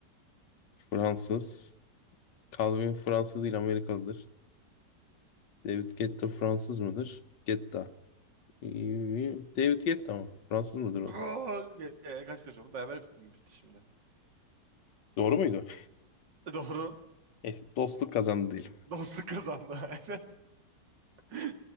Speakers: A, on the left; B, on the right.
A: <laughs> Fransız. Calvin Fransız değil Amerikalıdır. David Guetta Fransız mıdır? Guetta. Ee, David Guetta mı? Fransız mıdır
B: Gol!
A: o da?
B: Ee, Kaç kaç oldu? Beraber bitti şimdi.
A: Doğru muydu?
B: Doğru.
A: <laughs> Neyse, dostluk kazandı diyelim.
B: Dostluk kazandı. <laughs> Aynen.